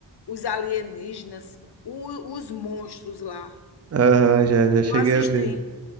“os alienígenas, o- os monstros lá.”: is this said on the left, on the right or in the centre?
Left